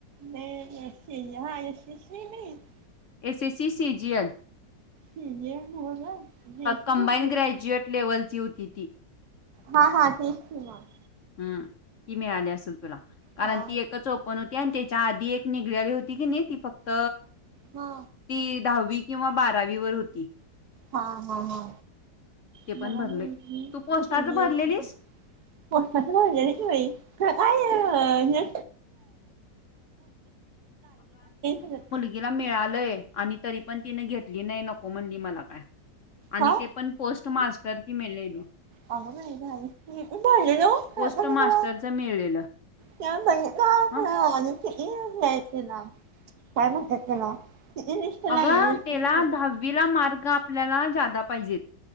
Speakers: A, on the right; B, on the left.
A: नाही नाही <inaudible>
B: एसएससी सीजीएल
A: म्हणजे नव्ह ग
B: कंबाईन ग्रॅज्युएट
A: <inaudible>
B: लेव्हलची होती ती
A: हा हा तीच ती <inaudible>
B: हम् ती मिळाली असेल तुला कारण
A: हा हा
B: ती एक ओपन होती आणि त्याची च्या आधी एक निघलेली होती की नाही ती फक्त
A: हा
B: ती दहावी किंवा बारावी वर होती.
A: हा हा
B: ते
A: मला
B: पण भरलोय
A: माहीत नाही
B: तू पोस्टाच
A: सी जी
B: भरलेलीस
A: एल ची पोष्टाची भरलेली की बाई खर काय हे <inaudible>
B: तिला मिळालंय आणि तरी पण तिने घेतली नाही नको म्हणली मला काय आणि
A: हा
B: ते पण पोस्ट मास्टरची मिलेली
A: अग बाई भारीचं की मी पण भरलेलो खर
B: पोस्ट
A: पण
B: मास्टरच
A: मला
B: मिळलेलं
A: त्या बाई का
B: हा
A: आ <inaudible> तिला काय म्हणत्यात त्याला किती लिस्ट लागणार
B: अगं त्याला दहावीला मार्ग आपल्याला जादा पाहिजेत!